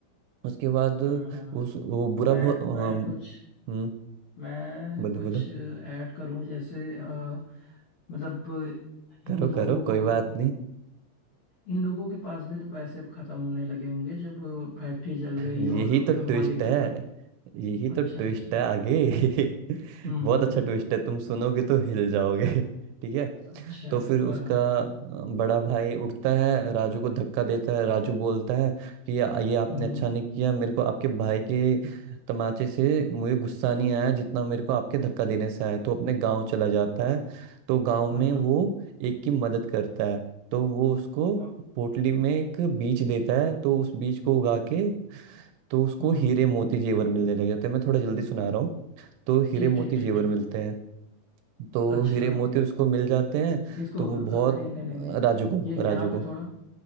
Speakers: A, on the right (about 80°); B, on the left (about 70°).
A: उसके बाद उस
B: हाँ हाँ
A: वो बुरा
B: मैं
A: भो- अम,
B: मैं कुछ
A: हम्म
B: मैं
A: बोलो
B: कुछ
A: बोलो
B: ऐड करूं जैसे अ, मतलब
A: करो
B: इन लोगों
A: करो
B: को
A: कोई बात नहीं
B: इन लोगों के पास भी तो पैसे अब खत्म होने लगे होंगे जब फैक्ट्री जल गई
A: यही
B: और
A: तो ट्विस्ट
B: मालिक
A: है
B: के पास
A: यही
B: अच्छा
A: तो ट्विस्ट
B: अच्छा
A: है आगे <laughs>
B: हम्म
A: बहुत
B: हम्म
A: अच्छा
B: हम्म
A: ट्विस्ट है तुम सुनोगे तो हिल जाओगे <laughs> ठीक है
B: अच्छा
A: तो फिर उसका
B: हाँ हाँ
A: अ, बड़ा भाई उठता है राजू को धक्का देता है राजू बोलता है कि ये ये आपने
B: हम्म
A: अच्छा
B: हम्म,
A: नहीं किया मेरे को आपके भाई के तमाचे से मुझे गुस्सा नहीं आया जितना मेरे को आपके धक्का देने से आया तो अपने गांव चला जाता है तो गांव में
B: हाँ हाँ
A: वो एक की मदद करता है तो वो उसको
B: हाँ,
A: पोटली में एक बीज देता है तो उस बीज को उगा के तो उसको
B: हम्म
A: हीरे मोती जेवर मिलने लग जाते हैं मैं थोड़ा जल्दी सुना रहा हूँ तो हीरे
B: ठीक
A: मोती
B: ठीक ठीक
A: जेवर
B: ठीक
A: मिलते हैं तो
B: अच्छा
A: हीरे मोती उसको मिल जाते हैं
B: इसको
A: तो वो
B: अ,
A: बहुत
B: नहीं नहीं नहीं नहीं
A: राजू को
B: ये यहाँ
A: राजू
B: पे
A: को
B: थोड़ा